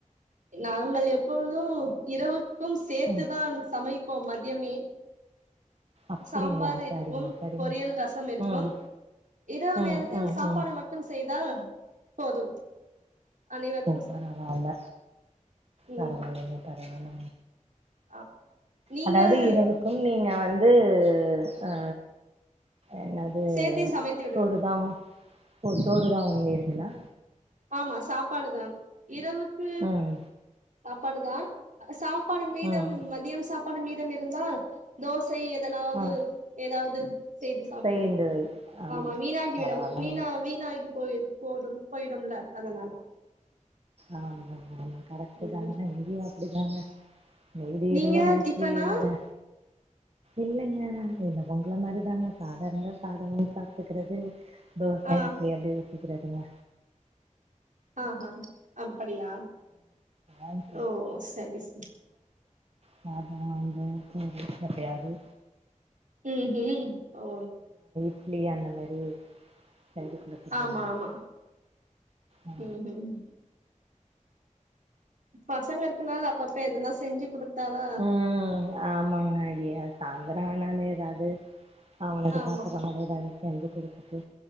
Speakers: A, on the right; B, on the right.
A: நா தங்கள் எப்பொழுது இரவு க்கும் சேத்துதான்
B: ம்
A: சமை இப்போ மதியமே
B: அப்படிங்களா
A: சாம்பார் இருக்கும்
B: சரிங்க சரிங்க
A: பொரியல் ரசம் இருக்கும்
B: ம்
A: இரவு
B: ம்
A: நேரத்தில்
B: ம்
A: சாப்பாடு
B: ம்
A: மட்டும் செய்தால் போதும் அனைவர்
B: பூ பரவால்ல
A: ம்
B: பரவாலங்க பரவால்ல
A: ஆ நீங்கள்
B: அதாவது இரவுக்கு நீங்க வந் வந்து அ என்னது
A: சேர்த்தே சமைத்து விடு
B: சோறுதாம் ஓ சோறுதா ஒண்மை இருக்குன்னா
A: ஆமா சாப்பாடுதான் இரவுக்கு
B: ம்
A: சாப்பாடுதான் அ சா பாடு மீதம்
B: ம்
A: மதியம் சாப் பாடு மீதம் இருந்தால் தோஸ் சை எதனாவது
B: ஆ
A: ஏதாவது செய்து சாப்பிடுவோ
B: சேர்ந்து வை ஆ
A: ஆமா வீணாகிவிடும்
B: பரவால்லைங்க
A: வீனா வீணாகி போய போதும் போய ம்ல அதனால
B: ஆமா ஆமா கரக்ட்தான
A: ம்
B: இங்கயு அப் டிதாங்க எடி
A: நீங்க
B: இருந்தா மோஸ்லி
A: டிஃபனா
B: அ இல்லைங்க உங்கள மாரிதாங்க சாதம் இருந்தா சாதமே சாப்டுக்கிறது தோசை
A: ஆ
B: இட்லி அப்டி க்கறதுங்க
A: ஆஹா அப்படியா
B: என்
A: ஓ சரி சரி
B: சாதோ வந்து <unintelligible> எப்பயாது
A: ம்ஹூம் ஓ
B: இட்லி அந்த மேரி செஞ்சி குடுக்துட்றதுங்க
A: ஆமா ஆமா
B: ஆ
A: ம் ம் பசங்க இருக்கனால அப்பப்ப எதுனா செஞ்சு குடுத்தாதா
B: ம் ஆமாங்க ஐய சாய்ந்தர ஆனாலே ஏதாவது அவனுக்கு
A: ஆமா
B: சாப்புட்ற மாரி ஏதாவது செஞ்சி குடுத்துட்டு